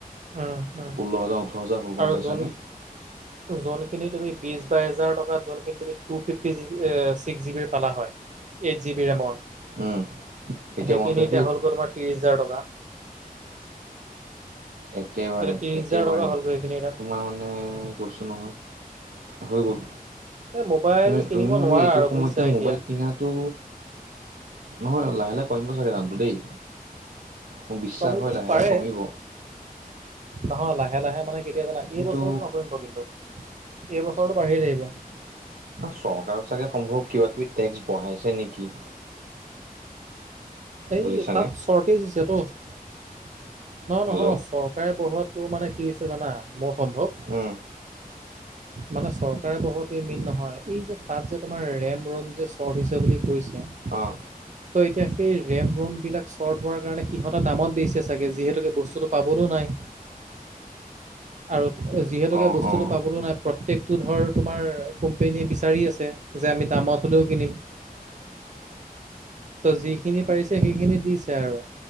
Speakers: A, on the right; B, on the right.
A: উম উম
B: ষোল্ল হাজাৰ ওঠৰ হাজাৰ হ'ল
A: আৰু
B: গম পাইছানে।
A: জনী যোনখিনি তুমি বিশ বাইছ হাজাৰ টকাত যোনখিনি তুমি টু ফিফটি জি এ ছিক্স জিবি ৰ পালা হয় এইট জিবি ৰেমৰ।
B: উম
A: সেইখিনি
B: ওৱান টুৱেণ্টি
A: এতিয়া
B: এইট
A: হ'লগৈ তোমাৰ ত্ৰিশ হাজাৰ টকা।
B: একেবাৰে
A: এতিয়া ত্ৰিশ
B: একেবাৰে
A: হাজাৰ টকা হ'লগৈ সেইখিনি এতিয়া
B: তোমাৰ মানে কৈছো নহয় হৈ গ'ল।
A: এই মোবাইল
B: তু
A: কিনিব
B: তুমি মানে
A: নোৱাৰা
B: এইটো
A: আৰু
B: সময়তে
A: বুজিছা এতিয়া
B: মোবাইল কিনাতো নহয় লাহে লাহে কমিব চাগে দামতো দেই মোৰ বিশ্বাস
A: কমিবও
B: হয় লাহে
A: পাৰে
B: লাহে কমিব।
A: নহয় লাহে লাহে মানে কেতিয়া জানা
B: কিন্তু
A: এই বছৰতো নকমিব কিন্তু এই বছৰতো বাঢ়িয়ে থাকিব।
B: চৰকাৰৰ চাগে সম্ভৱ কিবা কিবি টেক্স বঢ়াইছে নেকি?
A: এই
B: বুজিছানে
A: তাত চৰ্টেজ হৈছেতো নহয়
B: হেল্ল'
A: নহয় চৰকাৰে বঢ়োৱাতকৈ মানে কি হৈছে জানা মোৰ সম্ভৱ
B: উম।
A: মানে চৰকাৰে বঢ়ুৱাটোৱেই মেইন নহয় এই যে তাত যে তোমাৰ ৰেম ৰোম যে চ্বৰ্ট হৈছে বুলি হৈছে। ত'
B: অঁ
A: এতিয়া সেই ৰেম ৰোম বিলাক চৰ্ট হোৱাৰ কাৰণে সিহঁতৰ দামত বেছিছে চাগে যিহেতুকে বস্তুতো পাবলৈ নাই। আৰু যিহেতুকে
B: অঁ
A: বস্তুতো
B: অঁ
A: পাবলো নাই, প্ৰত্যেকতো ধৰ তোমাৰ কোম্পেনীয়ে বিচাৰি আছে যে আমি দামত হ'লেও কিনিম
B: <unintelligible>
A: ত যিখিনি পাৰিছে সেইখিনি দিছে আৰু